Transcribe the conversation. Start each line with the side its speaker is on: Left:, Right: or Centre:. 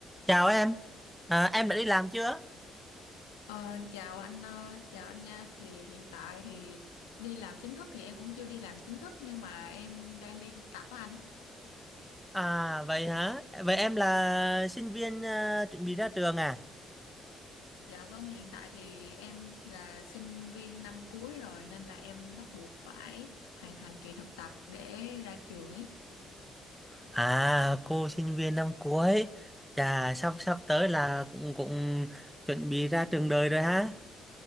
Centre: Chào em, à, em đã đi làm chưa?
Left: Ờ, chào anh, ơ, chào anh nha. Thì hiện tại thì đi làm chính thức thì em cũng chưa đi làm chính thức nhưng mà em đang đi thực tập á anh.
Centre: À vậy hả? Vậy em là sinh viên à, chuẩn bị ra trường à?
Left: Dạ vâng, hiện tại thì em là sinh viên năm cuối rồi nên là em bắt buộc phải hoàn thành kỳ thực tập để ra trường ấy.
Centre: À cô sinh viên năm cuối, chà sắp sắp tới là cũng cũng chuẩn bị ra trường đời rồi ha.